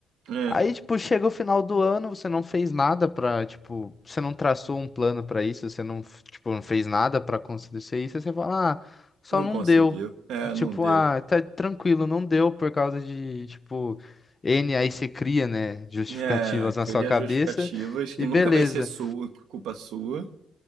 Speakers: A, on the right; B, on the left.
A: É,
B: Aí, tipo, chega o final do ano, você não fez nada pra, tipo, você não traçou um plano pra isso, você não, f- tipo, não fez nada pra acontecer isso, aí você fala, ah, só
A: não
B: não
A: conseguiu.
B: deu.
A: É,
B: Tipo,
A: não deu.
B: ah, tá tranquilo, não deu por causa de, tipo, N, aí você cria, né, justificativas
A: É,
B: na
A: cria
B: sua cabeça
A: justificativas que
B: e
A: nunca
B: beleza.
A: vai ser sua, culpa sua.